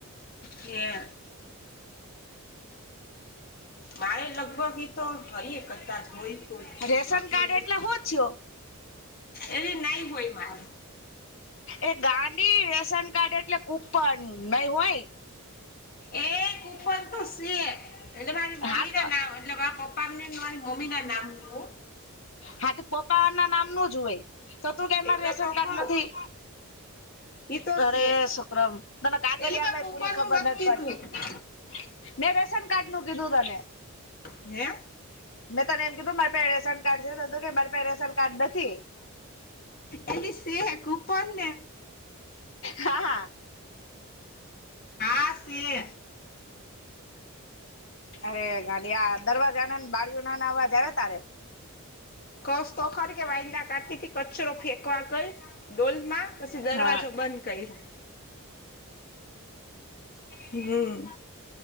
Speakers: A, on the left; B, on the left.
A: કે. મારે લગભગ એ તો ફરીએ કદાચ હોય. તો જ
B: રેશન
A: બાકી
B: કાર્ડ
A: નહી
B: એટલે હું થયું?
A: એવી નઈ હોય માર.
B: એ ગાંડી રેશન કાર્ડ એટલે કૂપન નઈ હોય?
A: એ કૂપ પન તો સે એટલે મારી મમ્મી
B: હા તો
A: ના નામ એટલે મા પપ્પા ને મારી મમ્મી ના નામનું.
B: હા તો પપ્પા ના નામ નું જ હોય તો તું કે મારે
A: એટલે
B: રેશન
A: તો
B: કાર્ડ
A: કઉ
B: નથી.
A: ઈ તો
B: અરે
A: છે
B: સુુક્રમ તને કાગળિયામાં
A: એલી પા કૂપન
B: પૂરી ખબર
A: નું નથ
B: નથી
A: કીધું
B: પડતી. મેં રેસન કારાડ નું કીધું તને.
A: હે?
B: મેં તને એમ કીધું મારી પાસે રેશન કાર્ડ છે કે મા પાસે રેશન કાર્ડ નથી.
A: એલીશે કૂપન ને
B: હા હા.
A: હા શે.
B: અરે ગાડિયા દરવાજા ના બાડીઓ ના ના અવાજ આવે તારે?
A: કસ તો ખરી કે વાઈંદા કાઢીથી કચરો ફેંકવા ગઈ. ડોલમાં પછી દરવાજો
B: હા
A: બંધ કર્યો. હમ્મ.